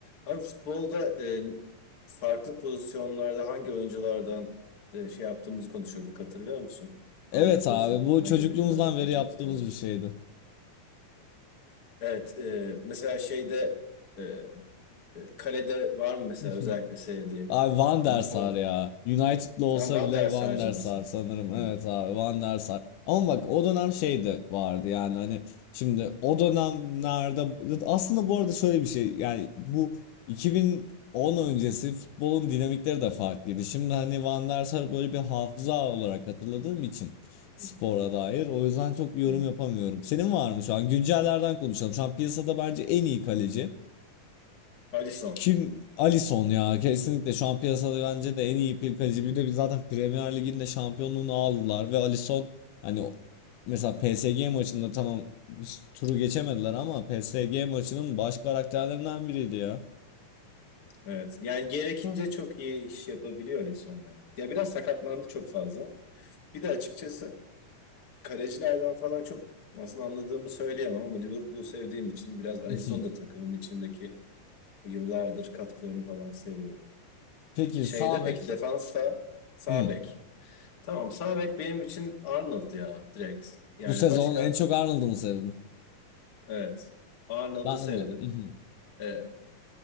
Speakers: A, on the left (about 40°); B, on the left (about 80°).
A: Abi futbolda e, farklı pozisyonlarda hangi oyunculardan e, şey yaptığımızı konuşuyorduk hatırlıyor musun?
B: Evet
A: Hangi pozisyonlarda
B: abi bu çocukluğumuzdan
A: hangi oyuncuları
B: beri
A: en çok
B: yaptığımız
A: seviyorsun?
B: bir şeydi.
A: Evet e, mesela şeyde e, e, kalede var mı mesela
B: <laughs>
A: özellikle sevdiğin?
B: Abi Van
A: Yani
B: der
A: bu
B: Sar
A: fon,
B: ya. United'lı olsa
A: sen Van
B: bile
A: der
B: Van
A: Sarcı
B: der
A: mısın?
B: Sar sanırım.
A: Hmm,
B: Evet abi Van der Sar. Ama bak o dönem şey de vardı yani hani şimdi o dönemlerde aslında bu arada şöyle bir şey yani bu 2010 öncesi futbolun dinamikleri de farklıydı. Şimdi hani Van der Sar böyle bir hafıza olarak hatırladığım için spora
A: hmm,
B: dair o yüzden çok yorum
A: hmm.
B: yapamıyorum. Senin var mı şu an? Güncellerden konuşalım. Şu an piyasada bence en iyi kaleci.
A: Alisson.
B: Kim? Alisson ya. Kesinlikle şu an piyasada bence de en iyi bir kaleci. Bir de biz zaten Premier Lig'in de şampiyonluğunu aldılar ve Alisson hani o- mesela PSG maçında tamam hiç turu geçemediler ama PSG maçının baş karakterlerinden biriydi ya.
A: Evet. Yani gerekince çok iyi iş yapabiliyor Alisson. ya. Ya biraz sakatlandı çok fazla. Bir de açıkçası kalecilerden falan çok aslında anladığımı söyleyemem ama Liverpool'u sevdiğim için biraz Alisson
B: <laughs>
A: da takımın içindeki bu yıllardır katkılarını falan seviyorum.
B: Peki
A: Şeyde
B: sağ
A: peki
B: bek.
A: defansta sağ
B: Hmm.
A: bek. Tamam sağ bek benim için Arnold ya direkt. Yani
B: Bu sezon
A: başka
B: en çok Arnold'u mu sevdin?
A: evet Arnold'u
B: Ben
A: sevdim.
B: de. Mhm.
A: Ee,